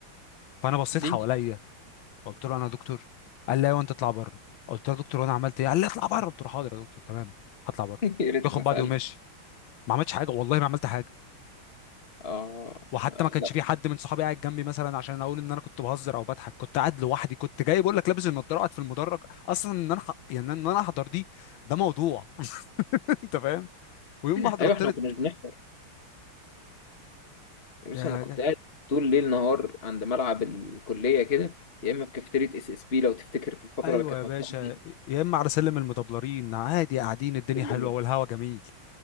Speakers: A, on the left; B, on the left.
A: فانا بصيت
B: ليه
A: حواليا قلت له انا يا دكتور قال لا وانت اطلع بره قلت له يا دكتور وانا عملت ايه قال لي اطلع بره قلت له حاضر يا دكتور تمام هطلع بره
B: <laughs> يا ريتك
A: باخد
B: ما سالت
A: بعضي وماشي ما عملتش حاجه والله ما عملت حاجه
B: اه
A: وحتى ما كانش
B: لا
A: في حد من صحابي قاعد جنبي مثلا عشان اقول ان انا كنت بهزر او بضحك كنت قاعد لوحدي كنت جاي بقول لك لابس النضاره قاعد في المدرج اصلا ان انا ح- يعني ان انا احضر دي ده موضوع <laughs> انت فاهم ويوم
B: ايوه
A: ما احضر طرت
B: احنا ما كناش بنحضر يا باشا
A: يا-
B: انا كنت قاعد طول ليل نهار عند ملعب الكليه كده يا اما في كافيتيريا اس اس بي لو تفتكر في الفتره
A: ايوه
B: اللي كانت
A: يا باشا
B: مفتوحه فيها
A: يا اما على سلم المدبلرين عادي قاعدين الدنيا
B: لما-
A: حلوه والهوا جميل